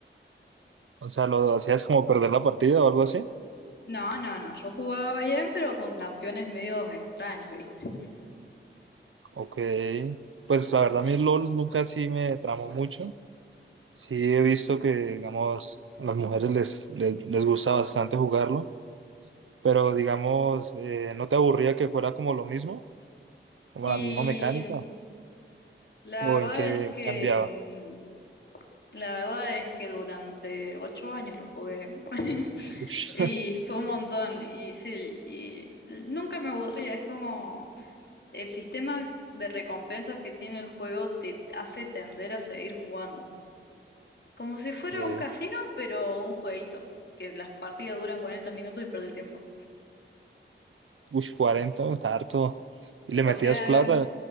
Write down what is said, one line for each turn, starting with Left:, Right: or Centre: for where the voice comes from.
Right: o sea, ¿lo hacías como perder la partida o algo así?
Left: No, no, no, yo jugaba bien, pero con campeones medio extraños, ¿viste?
Right: Ok, pues la verdad a mí el LOL nunca sí me tramó mucho. Sí he visto que, digamos, a las mujeres les, les, les gusta bastante jugarlo. Pero digamos, eh, ¿no te aburría que fuera como lo mismo? ¿Como
Left: Y
Right: la misma mecánica?
Left: la
Right: ¿O
Left: verdad
Right: en qué
Left: es que
Right: cambiaba?
Left: La verdad es que durante ocho años lo jugué <laughs>
Right: Ush,
Left: y
Right: <laughs>
Left: fue un montón y sí, y nunca me aburría, es como el sistema de recompensas que tiene el juego te hace tender a seguir jugando. Como si fuera
Right: eh,
Left: un casino, pero un jueguito, que las partidas duran 40 minutos y perdí el tiempo.
Right: ush, 40, harto. ¿Y le metías
Left: O sea,
Right: plata?